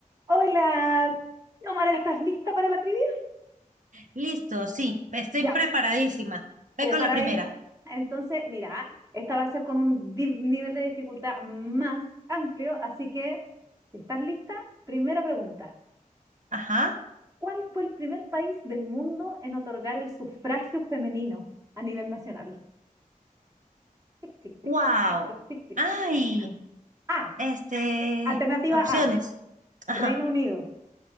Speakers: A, on the right; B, on the right.
A: Hola, Omar, ¿estás lista para la trivia?
B: Listo, sí, estoy
A: Ya,
B: preparadísima. Ve
A: preparadísima.
B: con la primera.
A: Entonces, mira, esta va a ser con un di- nivel de dificultad más amplio, así que, si estás lista, primera pregunta.
B: Ajá.
A: ¿Cuál fue el primer país del mundo en otorgar el sufragio femenino a nivel nacional? Tic, tic, tic,
B: Wow.
A: tic, tic, tic, tic, tic,
B: Ay,
A: tic, tic. A,
B: este,
A: alternativa
B: opciones.
A: A,
B: Ajá.
A: Reino Unido.